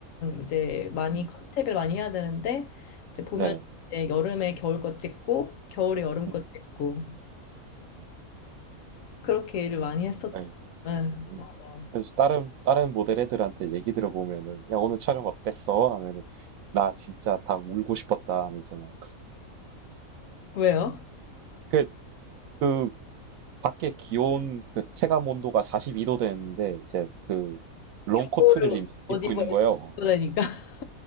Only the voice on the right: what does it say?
음.
네네.
음.
음.
네
음.
그래서 다른 다른 모델 애들한테 얘기 들어보면은 야 오늘 촬영 어땠어? 하면은 나 진짜 다 울고 싶었다 하면서 막
그 그 밖에 기온 그 체감 온도가 42도 되는데 이제 그 롱코트를
입-
입고
있는 거예요.